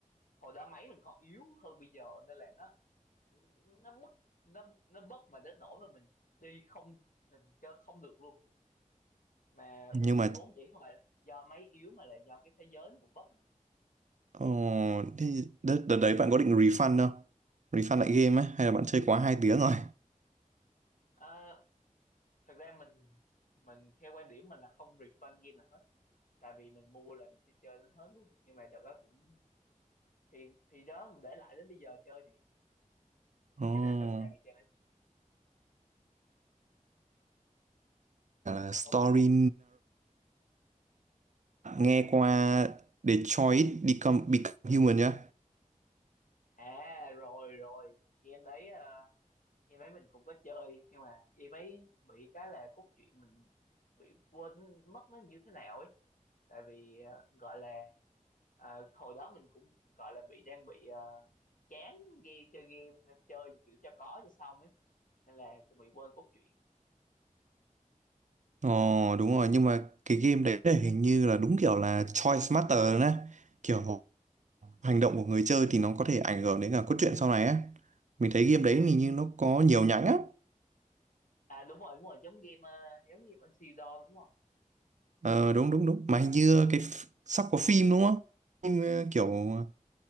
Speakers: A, on the left (about 75°); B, on the right (about 60°).
A: hồi đó máy mình còn yếu hơn bây giờ nên là nó nó bất nó nó bất mà đến nỗi mà mình đi không mình chơi không được luôn mà
B: nhưng
A: vốn
B: mà
A: dĩ không phải là do máy yếu mà là do cái thế giới nó cũng bất á
B: ờ, thế đợt, đợt đấy bạn có định refund không refund lại game á hay là bạn chơi quá hai tiếng rồi
A: à, thật ra mình mình theo quan điểm mình là không refund game nào hết tại vì mình mua là mình sẽ chơi đến hết luôn nhưng mà đợt đó cũng thì thì đó mình để lại đến bây giờ chơi nè
B: ờ,
A: Cho là sẵn sàng chơi
B: là story
A: không biết à
B: nghe qua Detroit Become, Become Human nhá
A: à rồi rồi game đấy ờ, game đấy mình cũng có chơi nhưng mà game ấy bị cái là cốt truyện mình bị quên mất nó như thế nào ấy tại vì ờ, gọi là ờ, hồi đó mình cũng gọi là bị đang bị ờ, chán game chơi game nên chơi kiểu cho có cho xong ấy nên là cũng bị quên cốt truyện
B: Ờ đúng rồi nhưng mà cái game đấy là hình như là đúng kiểu là choice matter nè kiểu hành động của người chơi thì nó có thể ảnh hưởng đến cả cốt truyện sau này á mình thấy game đấy
A: ừ
B: hình như nó có nhiều nhánh á
A: à đúng rồi đúng rồi giống game ờ, giống game Until Dawn đúng không
B: ờ đúng đúng đúng mà hình như cái ph- sắp có phim đúng không phim ờ, kiểu như